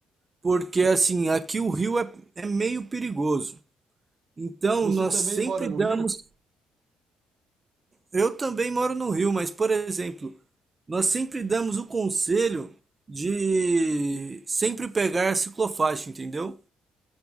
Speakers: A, on the right (about 25°); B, on the right (about 50°).
A: Porque assim, aqui o Rio é, é meio perigoso. Então,
B: Você
A: nós
B: também
A: sempre
B: mora no
A: damos.
B: Rio?
A: Eu também moro no Rio, mas, por exemplo, nós sempre damos o conselho de sempre pegar a ciclofaixa, entendeu?